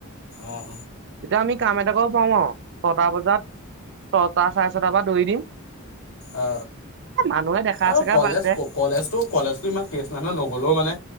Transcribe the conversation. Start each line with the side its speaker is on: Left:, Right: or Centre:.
Left: অঁ
Right: তেতিয়া আমি কাম এটাাক পাওঁ আৰু ছটা বজাত ছটা চাৰে ছটা বজাত দৌৰি দিম
Left: অ
Right: এ, মানুহে দেখা
Left: আৰু
Right: চেখা
Left: কলেজ
Right: বাদ দে
Left: কলেজো কলেজো ইমান কেচ নানয় নগলেও মানে